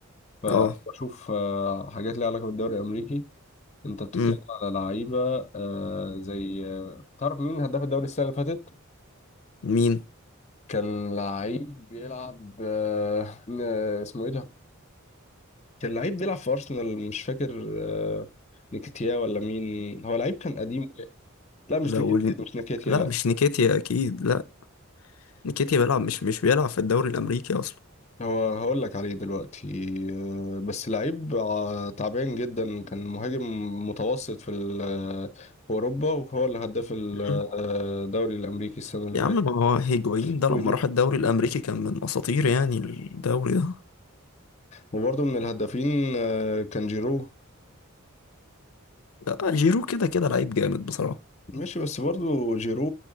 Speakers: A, on the left; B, on the left.
A: فبشوف
B: اه
A: آه، حاجات ليها علاقة بالدوري الامريكي انت بتتكلم
B: امم
A: على لعيبة آه، زي آه، تعرف مين هداف الدوري السنة اللي فاتت؟
B: مين
A: كان لعيب بيلعب آه، آه، اسمه ايه ده؟ كان لعيب بيلعب في أرسنال مش فاكر آه، نيكيتيا ولا مين هو لعيب كان قديم لا مش
B: لو
A: نيكيتيا مش نيكيتيا
B: لا
A: لا
B: مش نيكيتيا اكيد لا نيكيتيا بيلعب مش مش بيلعب في الدوري الامريكي اصلا
A: هو هقول لك عليه دلوقتي آه، بس لعيب آه، تعبان جدا كان مهاجم متوسط في ال- آه، في أوروبا وهو اللي هداف ال-
B: مم.
A: آه، الدوري الأمريكي السنة اللي
B: يا
A: فاتت
B: عم ما هو هيجوين ده
A: وج-
B: لما راح الدوري الامريكي كان من اساطير يعني الدوري ده
A: وبرضه من الهدافين آه، كان جيرو
B: آه، جيرو كده كده لعيب جامد بصراحه
A: ماشي بس برضو جيرو